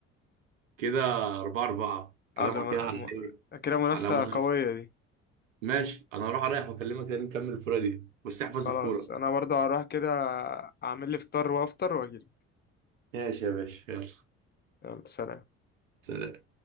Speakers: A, on the right (about 80°); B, on the left (about 25°).
A: كده 4 4
B: اه
A: كلام
B: ده م...
A: كده على ايه
B: م... كده منافسة
A: على منافسه
B: قوية دي
A: ماشي انا هروح اريح واكلمك تاني نكمل الفوره دي بس احفظ
B: خلاص
A: الفوره
B: انا برضه هروح كده اعمل لي فطار وافطر واجيلك
A: ماشي يا باشا يلا
B: يلا سلام
A: سلام